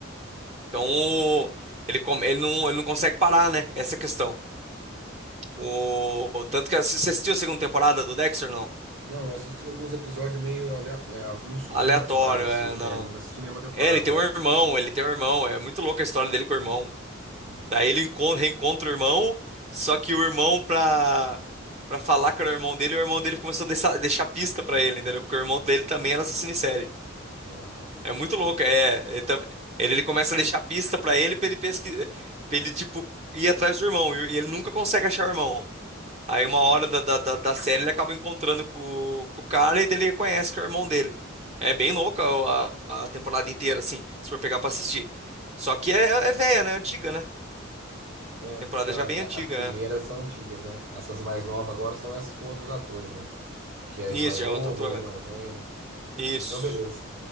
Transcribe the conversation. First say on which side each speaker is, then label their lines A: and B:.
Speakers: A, on the right; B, on the right.
A: Então, ele, come- ele, não, ele não consegue parar, né? Essa é a questão. O... Tanto que você assistiu a segunda temporada do Dexter, não?
B: Não, eu assisti alguns episódios meio aleato- é, avulso,
A: Aleatório,
B: nem uma temporada, assi-
A: é,
B: né?
A: não.
B: Não assisti nenhuma temporada.
A: É, ele tem um irmão, ele tem um irmão. É muito louca a história dele com o irmão.
B: Hum.
A: Daí ele encontra, reencontra o irmão, só que o irmão, pra, pra falar que era o irmão dele, o irmão dele começou a deixar, deixar pista pra ele, entendeu? Porque o irmão dele também era assassino em série.
B: Nossa,
A: É muito
B: que beleza.
A: louco, é. Ele, tam- ele, ele começa a deixar pista pra ele, pra ele pesquisar, pra ele, tipo, ir atrás do irmão. E e ele nunca consegue achar o irmão. Aí uma hora da, da, da da série ele acaba encontrando com, com o cara e dele reconhece que é o irmão dele. É bem louca a, a temporada inteira, assim, se for pegar pra assistir. Só que é, é velha, né? Antiga, né?
B: É,
A: Temporada
B: não,
A: já
B: é,
A: bem
B: é,
A: antiga.
B: as primeiras
A: é.
B: são antigas, né? Essas mais novas agora são essas com outros atores, né? Que é
A: Isso,
B: ele mais novo
A: já é outro ator.
B: ou ele mais velho.
A: Isso.
B: Então, beleza.